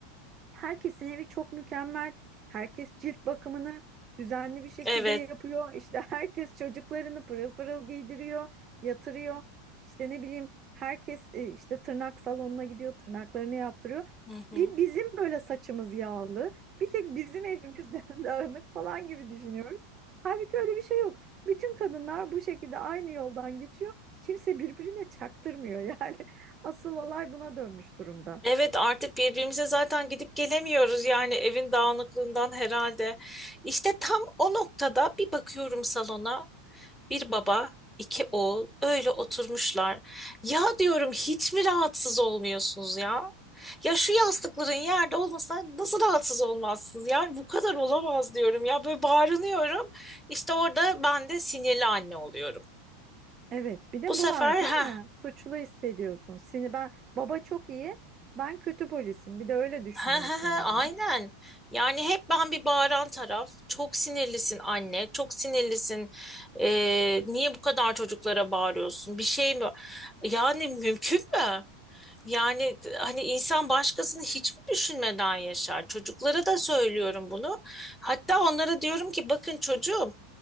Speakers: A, on the right (about 35°); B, in the centre.
A: Herkesin evi çok mükemmel. Herkes cilt bakımını düzenli bir şekilde
B: Evet.
A: yapıyor. İşte <laughs> herkes çocuklarını pırıl pırıl giydiriyor, yatırıyor. İşte ne bileyim herkes e, işte tırnak salonuna gidiyor, tırnaklarını yaptırıyor.
B: Hı hı.
A: Bir bizim böyle saçımız yağlı, bir tek bizim evimizden <laughs> dağınık falan gibi düşünüyoruz. Halbuki öyle bir şey yok. Bütün kadınlar bu şekilde aynı yoldan geçiyor. Kimse birbirine çaktırmıyor yani. <laughs> Asıl olay buna dönmüş durumda.
B: Evet artık birbirimize zaten gidip gelemiyoruz yani evin dağınıklığından herhalde. İşte tam o noktada bir bakıyorum salona bir baba iki oğul öyle oturmuşlar. Ya diyorum hiç mi rahatsız olmuyorsunuz ya? Ya şu yastıkların yerde olmasa nasıl rahatsız olmazsınız? Yani bu kadar olamaz diyorum ya böyle bağırınıyorum. İşte orada ben de sinirli anne oluyorum.
A: Evet, bir de
B: Bu sefer
A: bu var değil
B: ha
A: mi? Suçlu hissediyorsun. Seni ben baba çok iyi, ben kötü polisim. Bir de öyle düşünüyorsun
B: He he he
A: yani.
B: aynen. Yani hep ben bir bağıran taraf. Çok sinirlisin anne, çok sinirlisin. Ee, niye bu kadar çocuklara bağırıyorsun? Bir şey mi? Yani mümkün mü? Yani hani insan başkasını hiç mi düşünmeden yaşar? Çocuklara da söylüyorum bunu. Hatta onlara diyorum ki bakın çocuğum